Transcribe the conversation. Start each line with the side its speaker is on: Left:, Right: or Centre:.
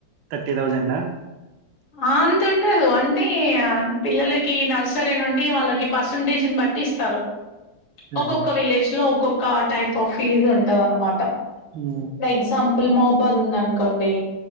Right: ర్ తౌసండ్
Left: అంతండదు అంటే పిల్లలకి నర్సరీ నుండి వాళ్ళకి పర్సంటేజ్ని బట్టి ఇస్తారు ఒక్కొక్క
Right: ఆహా
Left: విలేజ్ లో ఒక్కొక్క టైప్ ఫీజు ఉంటద అన్నమాట
Right: ఆ
Left: ఫర్ ఎగ్జాంపుల్ మహబాద్ ఉందాం కోండి